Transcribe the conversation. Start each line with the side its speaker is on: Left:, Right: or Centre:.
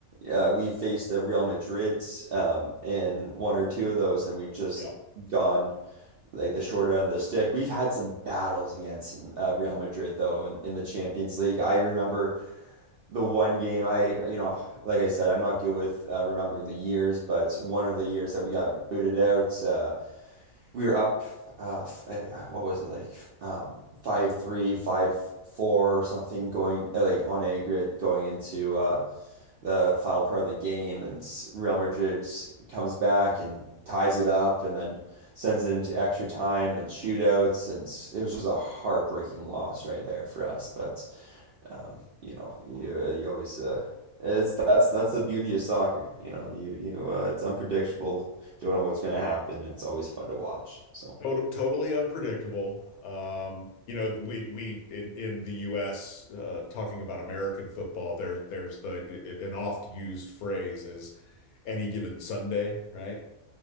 Right: uh, we've faced the Real Madrids um, in one or two of those, and we've just
Left: Yeah.
Right: gone like the short end of the stick. We've had some battles against uh, Real Madrid though in, in the Champions League. I remember the one game I, you know, like I said, I'm not good with uh, remembering the years, but one of the years that we got booted out, uh, we were up uh what was it like um five three five four or something going uh, like on aggregate going into uh the final part of the game and Real Madrid comes back and ties it up and then sends it into extra time and shootouts and it was just a heartbreaking loss right there for us but um you know you uh, you always uh it's that's that's the beauty of soccer you know you you uh, it's unpredictable don't know what's going to happen. It's always fun to watch. So
Left: Tot- totally unpredictable. Um, you know, we we in in the U.S. Uh, talking about American football, there there's the an oft used phrase is any given Sunday, right?